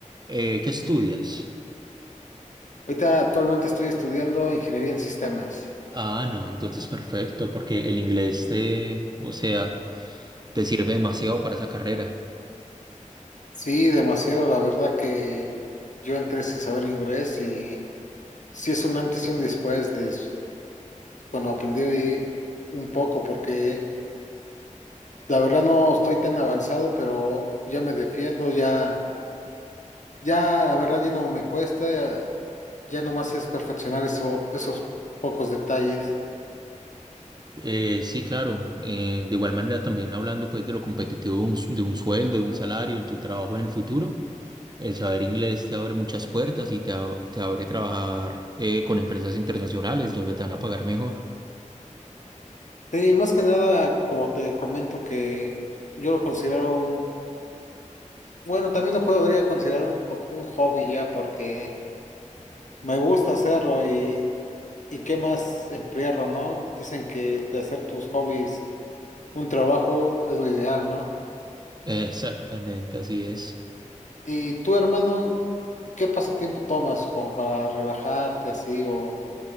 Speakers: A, on the right; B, on the left.
A: eh, qué estudias?
B: Ahorita actualmente estoy estudiando ingeniería en sistemas.
A: Ah, no, entonces perfecto, porque el inglés te, o sea, te sirve demasiado para esa carrera.
B: Sí, demasiado, la verdad que yo entré sin saber inglés y sí es un antes y un después de Bueno, aprendí un poco porque la verdad no estoy tan avanzado, pero ya me defiendo, ya, ya la verdad ya no me cuesta, ya nomás es perfeccionar eso, esos pocos detalles.
A: Eh, sí, claro, eh, de igual manera también hablando pues de lo competitivo de un, s- de un sueldo, de un salario, en tu trabajo en el futuro, el saber inglés te abre muchas puertas y te, a- te abre trabajar eh, con empresas internacionales donde te van a pagar mejor.
B: Sí, más que nada, como te comento, que yo lo considero un, bueno, también lo podría considerar un, po- un hobby ya porque me gusta hacerlo y, y qué más emplearlo, ¿no? Dicen que de hacer tus hobbies un trabajo es lo ideal, ¿no?
A: Exactamente, así es.
B: Y tú, hermano, ¿qué pasatiempo tomas como para relajarte así o